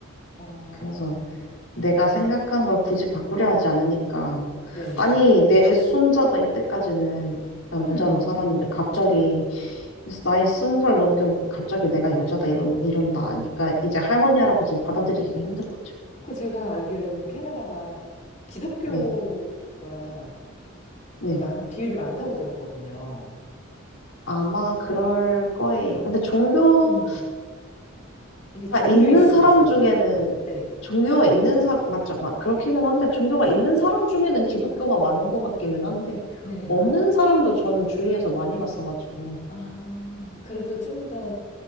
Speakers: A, on the left; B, on the left.
A: 어,
B: 그래서 내가 생각한 걸 굳이 바꾸려 하지 않으니까.
A: 네.
B: 아니, 내 손자가 이때까지는 남자로
A: 음.
B: 살았는데 갑자기 나이 스무 살 넘게 먹고 갑자기 내가 여자다 이런 이런다 하니까 이제 할머니 할아버지는 받아들이기가 힘든 거죠.
A: 그 제가 알기로는 캐나다가 기독교가
B: 네, 네.
A: 많, 비율이 많다고 들었거든요.
B: 아마 그럴 거예요. 근데 종교가
A: 음, 이게 종교
B: 있는
A: 이슈도
B: 사람
A: 있어서.
B: 중에는
A: 네.
B: 종교가 있는 사람 맞죠? 맞, 그렇기는 한데 종교가 있는 사람 중에는 기독교가 많은 것 같기는 한데
A: 네.
B: 없는 사람도 저는 주위에서 많이 봤어가지고.
A: 아, 그래서 좀 더